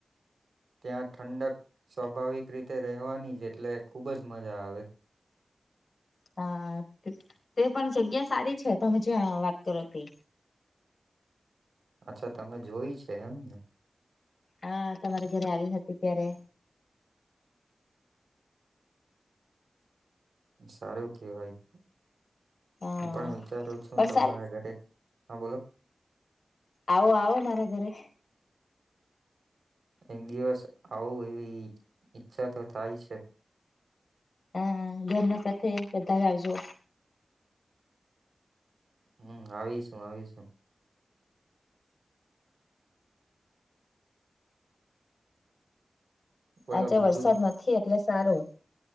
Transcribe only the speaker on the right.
ત્યાં ઠંડક સ્વાભાવિક રીતે રહેવાની જ, એટલે ખુબ જ મજા આવે.
અચ્છા તમે જોય છે એમ ને
સારું કેવાય
હું પણ વિચારું છું
તમારા
ઘરે હા બોલો.
એક દિવસ આવું એવી ઈચ્છા તો થાય છે.
હમ્મ આવીશું આવીશું. બોલો
બીજું